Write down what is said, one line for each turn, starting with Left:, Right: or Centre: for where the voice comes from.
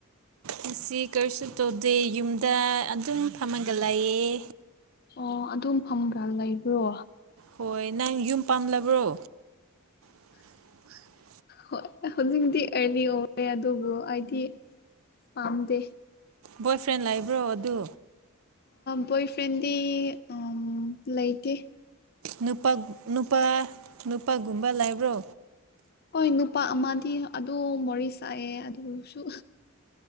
Right: ꯉꯁꯤ ꯀꯔꯤꯁꯨ ꯇꯧꯗꯦ ꯌꯨꯝꯗ ꯑꯗꯨꯝ ꯐꯝꯃꯒ ꯂꯩꯥꯌꯦ
Left: ꯑꯣ ꯑꯗꯨꯝ ꯐꯪꯕ꯭ꯔꯥ ꯂꯩꯕ꯭ꯔꯣ
Right: ꯍꯣꯏ ꯅꯪ ꯌꯨꯝ ꯄꯥꯝꯂꯕ꯭ꯔꯣ <unintelligible>
Left: ꯍꯣꯏ ꯍꯧꯖꯤꯛꯗꯤ ꯑꯩ ꯑꯣꯏꯔꯦ ꯑꯗꯨꯕꯨ ꯑꯩꯗꯤ ꯄꯥꯝꯗꯦ
Right: ꯕꯣꯏ ꯐ꯭ꯔꯦꯟ ꯂꯩꯕ꯭ꯔꯣ ꯑꯗꯨ
Left: ꯕꯣꯏ ꯐ꯭ꯔꯦꯟꯗꯤ ꯑꯥ ꯂꯩꯇꯦ
Right: ꯅꯨꯄꯥ ꯅꯨꯄꯥ ꯅꯨꯄꯥꯒꯨꯝꯕ ꯂꯩꯕ꯭ꯔꯣ
Left: ꯍꯣꯏ ꯅꯨꯄꯥ ꯑꯃꯗꯤ ꯑꯗꯨ ꯋꯥꯔꯤ ꯁꯥꯋꯦ ꯑꯗꯨꯁꯨ